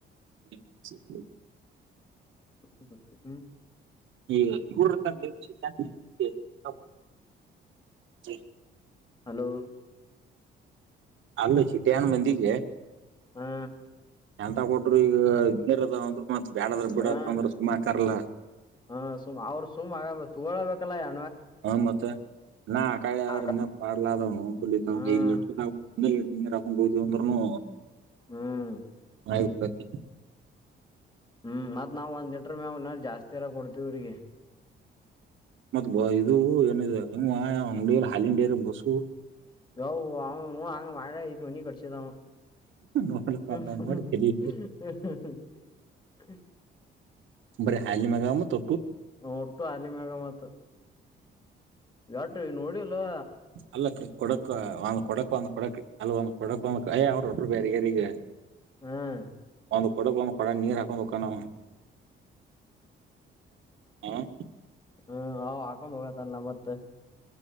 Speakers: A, on the right; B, on the left.
A: <unintelligible> <unintelligible>
B: ಹ್ಮ ಹ್ಮ್ ಹ್ಮ್ ಹ್ಮ್
A: <unintelligible>
B: ಹಲೋ
A: ಅಲ್ಲ ಸಿಟ್ಯಾನ್ ಮಂದಿಗೆ
B: ಹಾ
A: ಎಂತ ಕೊಟ್ಟರು ಈಗ <unintelligible> ಅದಾವ ಅಂದ್ರು ಮತ್ ಬ್ಯಾಡದ್ರ ಬಿಡ
B: ಹಾ
A: ಅಂತ್ ಅಂದ್ರ ಸುಮ್ಮ ಅಕ್ಕಾರ್ ಅಲಾ.
B: ಹಾ ಸುಮ್ ಅವ್ರು ಸುಮ್ ಆಗ್ ತೊಗೊಳಬೇಕ್ ಯಾ
A: ಹ ಮತ್ತ ನಾ ಆಕಳಿ ಆದ್ರ
B: ಹಾ
A: ಇನ್ನ ಪಾಡ್ಲ ಮತ್ತ್ <unintelligible>
B: ಹ್ಮ್
A: ಇನ್ನ ಈಟ್ ನೀರ್ ಹಾಕೊಂಡ್ ಹೋದ್ವಿ ಅಂದ್ರೂನು
B: ಹ್ಮ್
A: ಆಗಿ ಹೊಕ್ಕೇತಿ.
B: ಹ್ಮ್ ಮತ್ತ ನಾವ ಒಂದ ಲೀಟರ್ ಮ್ಯಾಲ ಅವ್ನ ಜಾಸ್ತಿ ಅರ ಕೊಡ್ತಿವಿ ಅವ್ರಿಗಿ.
A: ಮತ್ ಬ ಇದೂ ಏನ ಇದ ಹೂಂ ಯಾ ಅಂಗಡಿಯಲ್ಲಿ ಹಾಲಿನ್ ಡೈರಿ ಬಸ್ಸು
B: ಯವ್ವಾ <unintelligible> ಹಂಗ್ ಮಾಡೆ ಇಟ್ಟ ಮನಿ ಕಟ್ಟಸಿದ ಅವ.
A: ನೋಡ್ಲಕ್
B: ಹ್ಮ್
A: ಮತ್ತ
B: ಹ್ಮ
A: ನೋಡಿ
B: ಹ್ಮ
A: ತಲಿ
B: ಹ್ಮ ಹ್ಮ
A: ಬರೆ ಹಾಲಿನ ಮ್ಯಾಗ ಮತ್ತ್
B: ಹ ಒಟ್ಟು ಹಾಲಿನ ಮ್ಯಾಗ ಮತ್ ಎಟ್ಟ ನೋಡಿಇಲ್ಲೋ
A: ಅಲ್ಲಕ ಕೊಡಕ್ ಒಂದ್ ಕೊಡಕ್ ಒಂದ್ ಕೊಡಕ್ ಅಲ್ ಒಂದ್ ಕೊಡಕ್ ಒಂದ ಅಯ್ಯ ಅವ್ರ ಒಟ್ಟು ಬ್ಯಾರೆ ಆಗ್ಯಾರ್ ಈಗ.
B: ಹ್ಮ್
A: ಒಂದು ಕೊಡಕ್ ಒಂದು ಕೊಡ ನೀರ್ ಹಾಕೊಂಡ ಹೊಕ್ಕನ್ ಅವ. ಹ್ಮ್
B: ಹ್ಮ್ ಅವ ಹಾಕೊಂಡ್ ಹೋಗತಾನ್ಲಾ ಮತ್ತ ತ್ತ